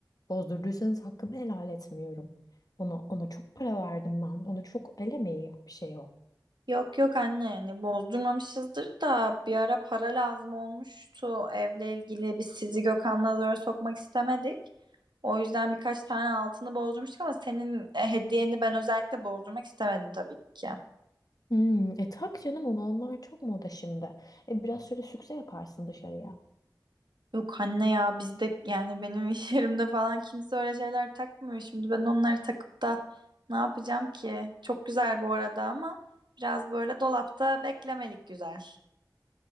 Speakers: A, on the left; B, on the right.
A: Bozdurduysanız hakkımı helal etmiyorum. Ona, ona çok para verdim ben. Ona çok el emeği bir şey o.
B: Yok yok anne yani bozdurmamışızdır da bir ara para lazım olmuştu evle ilgili. Biz sizi Gökhan'la zora sokmak istemedik. O yüzden birkaç tane altını bozdurmuştuk ama senin e, hediyeni ben özellikle bozdurmak istemedim tabii ki.
A: Hmm, e tak canım onu onlar çok moda şimdi. E, biraz şöyle sükse yaparsın dışarıya.
B: Yok anne ya bizde yani benim iş <laughs> yerimde falan kimse öyle şeyler takmıyor. Şimdi ben onları takıp da ne yapacağım ki? Çok güzel bu arada ama biraz böyle dolapta beklemelik güzel.